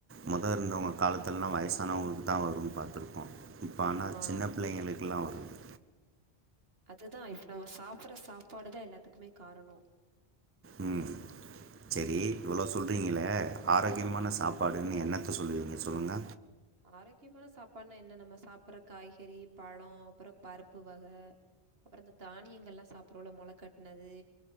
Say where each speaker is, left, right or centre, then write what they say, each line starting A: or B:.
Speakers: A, on the right; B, on the right.
A: மொத இருந்தமா காலத்துலா வயசானவங்களுக்கு தா வரும்னு பாத்துருக்கோ இப்போ ஆனா
B: ஆ
A: சின்ன பிள்ளைகளுக்கெல்லா வருது
B: அதுதா இப்ப நம்ம சாப்பட்ற சாப்பாடுதா எல்லாத்துக்குமே காரணோ
A: ம் சரி இவ்ளோ சொலிறீங்களே ஆரோக்கியமான சாப்பாடுன்னு என்னத்த சொல்லுவீங்க சொல்லுங்க
B: ஆரோக்கியமான சாப்பாடுனா என்ன நம்ம சாப்பட்ற காய்கறி பழ அப்றோ பருப்பு வக அப்றோ இந்த தானியங்கள்லா சாப்பட்றோல்ல மொள கட்னது